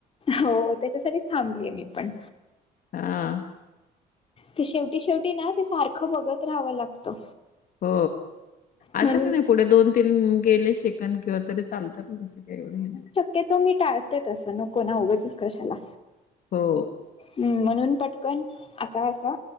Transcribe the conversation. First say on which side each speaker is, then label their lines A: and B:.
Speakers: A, on the left (about 35°); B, on the left (about 55°).
A: हो त्याच्यासाठीच थांबलीय मी पण.
B: हा.
A: ते शेवटी शेवटी ना ते सारखं बघत राहावं लागतं.
B: हो
A: म्हणून
B: असं का नाही पुढे दोन तीन गेले शेक किंवा तरी चालत ना तस काय एवढं हे नाही.
A: ते तुम्ही टाळ ते तस नको ना उगंचच कशाला.
B: हो.
A: हम्म म्हणून पटकन आता असं.